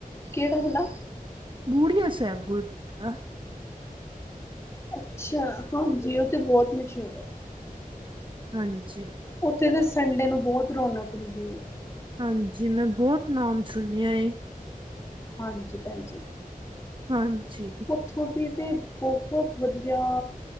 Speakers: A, on the left; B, on the right.
A: ਕਿਹੜਾ ਭਲਾ
B: ਬੂੜੀਆ ਸਾਹਿਬ ਗੁਰਦੁਆਰਾ
A: ਅੱਛਾ, ਹਾਂਜੀ ਉਹ ਤੇ ਬਹੁਤ ਮਸ਼ਹੂਰ ਐ।
B: ਹਾਂਜੀ।
A: ਉੱਥੇ ਤੇ ਸੰਡੇ ਨੂੰ ਬਹੁਤ ਰੌਣਕ ਹੁੰਦੀ ਐ।
B: ਹਾਂਜੀ, ਮੈਂ ਬਹੁਤ ਨਾਮ ਸੁਣਿਆ ਏ।
A: ਹਾਂਜੀ ਭੈਣ ਜੀ।
B: ਹਾਂਜੀ।
A: ਉੱਥੋਂ ਦੀ ਤੇ ਬਹੁਤ ਵਧੀਆ